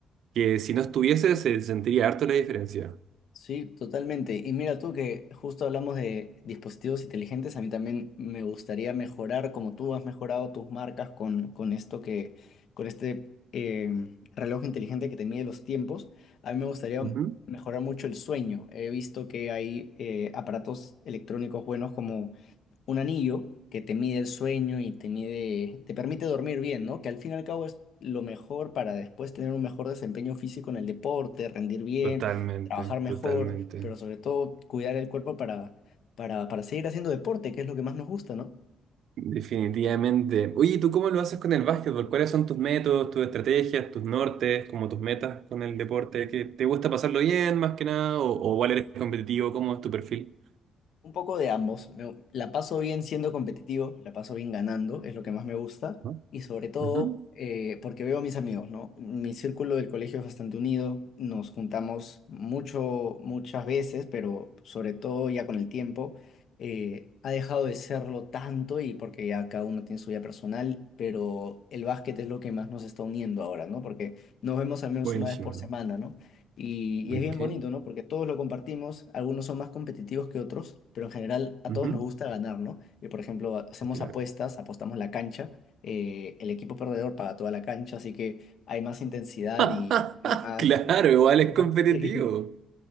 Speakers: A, on the right (about 70°); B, on the left (about 65°).
A: que si no estuviese se sentiría harto la diferencia.
B: Sí, totalmente. Y mira tú que justo hablamos de dispositivos inteligentes, a mí también me gustaría mejorar, como tú has mejorado tus marcas con, con esto que, con este em, reloj inteligente que te mide los tiempos, a mí me gustaría
A: Ujú.
B: mejorar mucho el sueño. He visto que hay eh, aparatos electrónicos buenos como un anillo que te mide el sueño y te mide, te permite dormir bien, ¿no? Que al fin y al cabo es lo mejor para después tener un mejor desempeño físico en el deporte, rendir bien,
A: Totalmente,
B: trabajar mejor,
A: totalmente.
B: pero sobre todo cuidar el cuerpo para, para, para seguir haciendo deporte, que es lo que más nos gusta, ¿no?
A: Definitivamente. Oye, ¿y ¿tú cómo lo haces con el básquetbol? ¿Cuáles son tus métodos, tus estrategias, tus nortes, como tus metas con el deporte? ¿Que te gusta pasarlo bien más que nada? ¿O, o igual eres competitivo? ¿Cómo es tu perfil?
B: Un poco de ambos. Me- la paso bien siendo competitivo, la paso bien ganando, es lo que más me gusta.
A: ¿no?
B: Y sobre todo
A: Ujú.
B: eh, porque veo a mis amigos, ¿no? Mi círculo del colegio es bastante unido, nos juntamos mucho, muchas veces, pero sobre todo ya con el tiempo eh, ha dejado de serlo tanto y porque ya cada uno tiene su vida personal, pero el básquet es lo que más nos está uniendo ahora, ¿no? Porque nos vemos al menos
A: Buenísimo.
B: una vez por semana, ¿no? Y,
A: Ok.
B: y es bien bonito, ¿no? Porque todos lo compartimos, algunos son más competitivos que otros, pero en general a
A: Ujú.
B: todos nos gusta ganar, ¿no? Y por ejemplo, hacemos
A: Claro.
B: apuestas, apostamos la cancha, eh, el equipo perdedor paga toda la cancha, así que hay más intensidad
A: <laughs>
B: y, y más...
A: Claro, igual es
B: <laughs>
A: competitivo.
B: Sí.